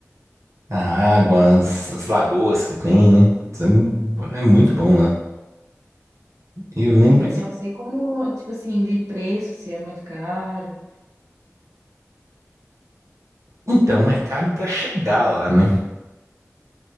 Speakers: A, on the right; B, on the right.
A: A água, as, as lagoas que tem, né? Putz, é, mu-
B: Uhum.
A: é muito bom lá. Eu lembro
B: Pois é,
A: que.
B: só não sei como, tipo assim, de preço, se é muito caro.
A: Então, é caro pra chegar lá, né?